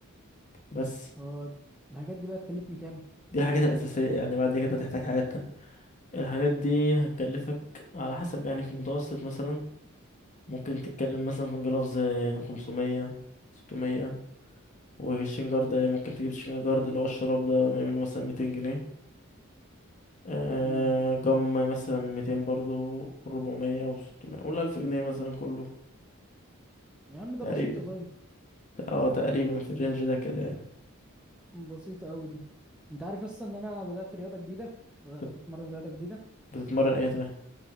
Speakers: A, on the left; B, in the centre.
A: بس
B: اه الحاجات دي بقى تكلفني كام
A: دي الحاجات الأساسية يعني بعد كده هتحتاج حاجات تانية الحاجات دي هتكلفك على حسب يعني في المتوسط مثلا ممكن تتكلم مثلا في انجلوفز خمسمية ستمية والشين جارد ممكن تجيب شين جارد اللي هو الشراب ده بيعمله مثلا ميتين جنيه آه
B: امم
A: جم مثلا ميتين برضو ربعمية وستمية قول ألف جنيه مثلا كله
B: يا عم ده
A: تقريبا
B: بسيطة طيب
A: اه تقريبا في الرينج ده كده يعني
B: بسيطة قوي دي انت عارف اصلا ان انا بدأت رياضة جديدة بدأت
A: طب
B: اتمرن رياضة جديدة
A: بتتمرن ايه طيب